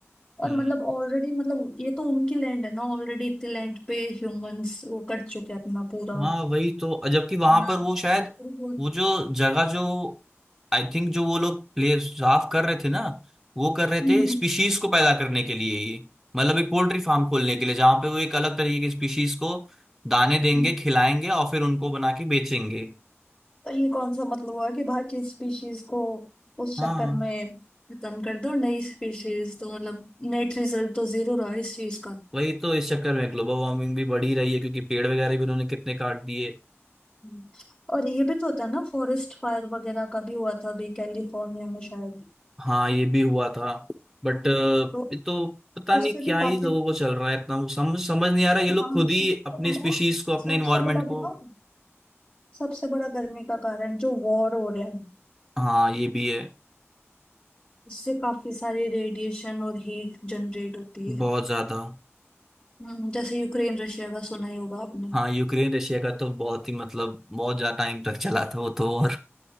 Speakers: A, on the left (about 25°); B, in the centre.
A: और
B: हम्म
A: मतलब ऑलरेडी मतलब ये तो उनकी लैंड है ना ऑलरेडी इतने लैंड पे ह्यूमंस वो कर चुके हैं अपना पूरा
B: हाँ वही तो जबकि वहां
A: बना
B: पर वो शायद
A: हम्म,
B: वो जो जगह जो आई थिंक जो वो लोग प्ले साफ कर रहे थे ना वो कर रहे
A: हम्म,
B: थे स्पीशीज को पैदा करने के लिए ही मतलब एक पोल्ट्री फार्म खोलने के लिए जहाँ पे वो एक अलग तरीके की स्पीशीज को दाने
A: अच्छा
B: देंगे खिलाएंगे और फिर उनको बना के बेचेंगे
A: तो ये कौन सा मतलब हुआ कि बाकी स्पीशीज को उस
B: हाँ
A: चक्कर में खत्म कर दो नई स्पीशीज तो मतलब नेट रिजल्ट तो जीरो रहा इस चीज का
B: वही तो इस चक्कर में ग्लोबल वार्मिंग भी बढ़ी रही है क्योंकि पेड़ वगैरह भी उन्होंने कितने काट दिए
A: हम्म। और ये भी तो होता है ना फॉरेस्ट फायर वगैरह का भी हुआ था अभी कैलिफोर्निया में शायद
B: हाँ ये भी हुआ था बट
A: तो
B: ये तो पता नहीं
A: उससे भी
B: क्या ही
A: काफी
B: लोगों को चल रहा है इतना समझ समझ नहीं आ रहा ये लोग
A: हाँ
B: खुद
A: सबसे
B: ही अपनी
A: बड़ा
B: स्पीशीज को अपने
A: सबसे
B: इन्वायरमेंट
A: बड़ा
B: को
A: बताओ सबसे बड़ा गर्मी का कारण जो वॉर हो रहे हैं
B: हाँ ये भी है
A: इससे काफी सारी रेडिएशन और हीट जनरेट होती है
B: बहुत ज्यादा
A: हम्म, जैसे यूक्रेन रशिया का सुना ही होगा आपने
B: हाँ यूक्रेन रशिया का तो बहुत ही मतलब बहुत ज्यादा टाइम तक चला था वो तो और